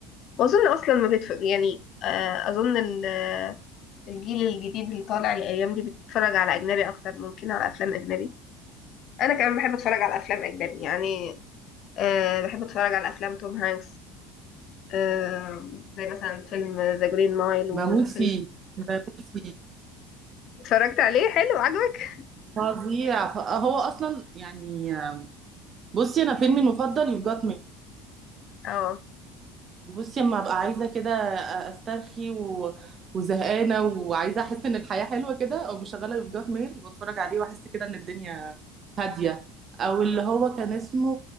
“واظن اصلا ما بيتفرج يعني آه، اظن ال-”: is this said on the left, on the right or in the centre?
Left